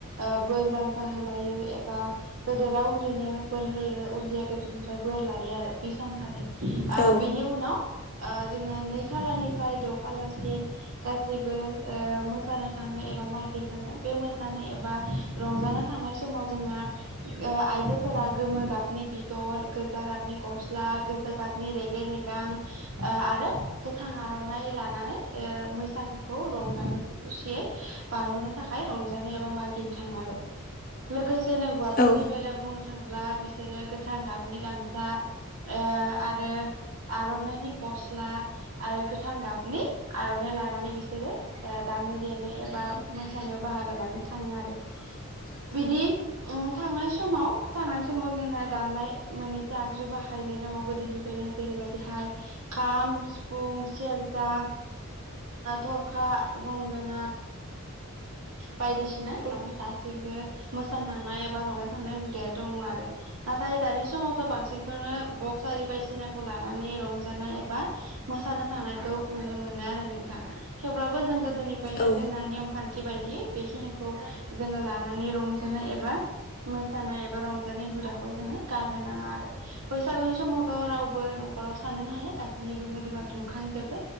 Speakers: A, on the right; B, on the left.
A: ओ बोर बानसा होलायो एबा गोदेरा उन्दैनो बोर होयो उन्दैया गोदोरनिफ्राय बोर लायो आरो बि सानखालि आ
B: औ
A: बिनि उनाव ओ जोङो नै खालारनिफ्राय द' खालारसिम गासिबो ओ मोसानो थाङो ए बा मागिनो थाङो बे मोसानो एबा रंजानो थांनाय समाव जोंना ओ आइजोफोरा गोमो गाबनि बिदन गोजा गाबनि गस्ला गोजा गाबनि रेगे रेगां ओ आरो गोथां आर'नाइ लानानै ओ बैसागोखौ रंजानो खुसियै बारह'नो थाखाय रंजानो एबा मागिनो थाङो आरो लोगोसेनोै हौवाफोरनि
B: औ
A: बेलायाव बुंनो थाङोब्ला बिसोरो गोथां गाबनि गामसा ओ आरो आर'नाइनि गस्ला आरो गोथां गाबनि आर'नाइ लानानै बिसोरो ओ दामनो देनो एबा मोसानायाव बाहागो लानो थाङो आरो
B: <inaudible>
A: बिदि उम थांनाय समाव थांनाय समाव जोंना दामनाय मोननैसो आगजु बाहायनाय दं गोदोनिफ्रायनो जेरैबायदिहाय खाम सिफुं सेरजा थरखा, गंगोना बायदिसिना दासिमबो मोसानो थांनाय एबा रंजाखांनाय हुदाया दङ आरो नाथाय दानि समावथ' बांसिनखौनो बक्स आरि बायसिनाखौ लानानै रंजानाय एबा मोसानो थांनायखौ नुनो मोनो आरो नोंथां थेवब्लाबो जों गोदोनिफ्रायनो
B: औ
A: जोंना नेमखा न्थि बेखिनिखौ जोङो लानानै रंजानाय एबा मोसानाय एबा रंजानाय हुदाखौ जोङो गारनो नाङा आरो बैसागुनि समावथ' रावबो न'खराव थानोनो हाया गासैनिबो मोदोमा दुंखांजोबो